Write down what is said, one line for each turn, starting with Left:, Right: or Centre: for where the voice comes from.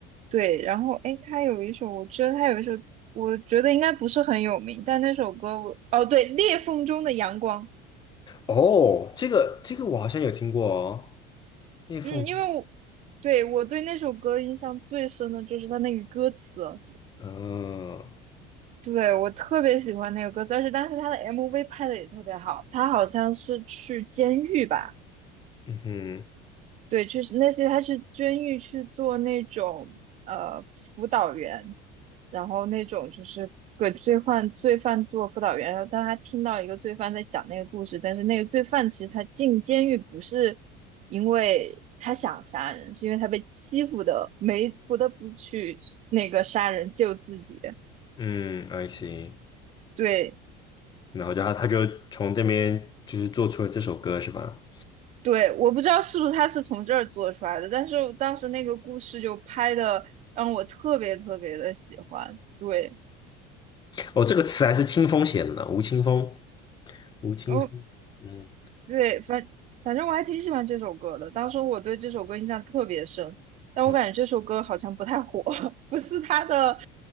Right: 对，然后诶，他有一首，我觉得他有一首，我觉得应该不是很有名，但那首歌我，哦，对，裂缝中的阳光。
Left: 哦，这个这个我好像有听过哦，裂缝。
Right: 嗯，因为我对我对那首歌印象最深的就是它那个歌词，
Left: 哦，
Right: 对我特别喜欢那个歌词，而且当时它的 MV 拍的也特别好，它好像是去监狱吧，
Left: 嗯哼，
Right: 对，就是那些他是监狱去做那种呃辅导员，然后那种就是给罪犯罪犯做辅导员，然后当他听到一个罪犯在讲那个故事，但是那个罪犯其实他进监狱不是因为他想杀人，是因为他被欺负的，没不得不去那个杀人救自己。
Left: 嗯，I see。
Right: 对
Left: 然后就他他就从这边就是做出了这首歌是吧？
Right: 对，我不知道是不是他是从这儿做出来的，但是当时那个故事就拍的让我特别特别的喜欢。对。
Left: 哦，这个词还是清风写的呢，吴青峰，吴青峰，
Right: 哦，
Left: 嗯
Right: 对，反反正我还挺喜欢这首歌的。当时我对这首歌印象特别深，但我感觉这首歌好像不太火，
Left: 嗯，
Right: <laughs> 不是他的，